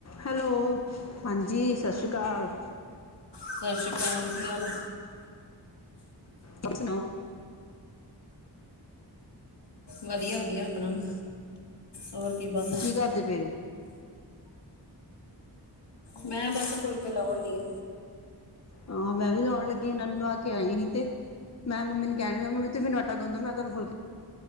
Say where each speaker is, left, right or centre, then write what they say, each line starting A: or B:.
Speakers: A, on the left; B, on the left.
A: Hello. ਹਾਂਜੀ, ਸਤਿ ਸ਼੍ਰੀ ਅਕਾਲ। ਘਰ-
B: ਸਤਿ ਸ੍ਰੀ ਅਕਾਲ। ਕੀ ਹਾਲ ਆ।
A: ਹੋਰ ਸੁਣਾਓ।
B: ਵਧੀਆ-ਵਧੀਆ ਆਪਣਾ ਵੀ। ਹੋਰ ਕੀ ਬਣਦਾ।
A: ਕਰਦੇ ਪਏ ਹੋ
B: ਮੈਂ ਬਸ ਫੁਲਕੇ ਲਹੁਨ ਡਈ ਆ।
A: ਹਾ, ਮੈਂ ਵੀ ਲਾਉਣ ਲੱਗੀ ਇਹਨਾ ਨੂੰ ਨਹਾ ਕੇ ਆਈ ਸੀ ਤੇ ਮੈਂ ਮੰਮੀ ਨੂੰ ਕਿਹਾ, ਮੰਮੀ ਤੁਸੀ ਮੈਨੂੰ ਆਟਾ ਗੁੰਨ ਦਿਓ, ਮੈਂ ਤੁਹਾਨੂੰ ਫੁਲਕੇ